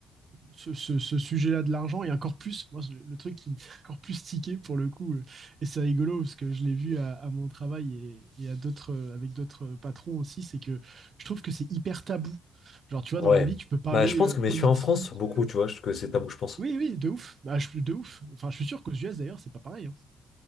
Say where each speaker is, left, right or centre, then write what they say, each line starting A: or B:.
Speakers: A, on the right; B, on the left.
A: ce, ce, ce sujet-là de l'argent. Et encore plus, moi, le, le, truc qui me fait encore plus tiquer, pour le coup, euh, et c'est rigolo, parce que je l'ai vu à, à, mon travail et, et à d'autres, euh, avec d'autres patrons aussi, c'est que je trouve que c'est hyper tabou. Genre, tu vois,
B: Ouais.
A: dans la vie, tu peux parler
B: Bah je pense
A: euh,
B: que
A: politique,
B: mais je suis en France beaucoup,
A: euh,
B: tu vois, je- que c'est tabou, je pense.
A: Oui, oui, de ouf. Bah, je suis de ouf. Enfin, je suis sûr qu'aux US d'ailleurs, c'est pas pareil. hein.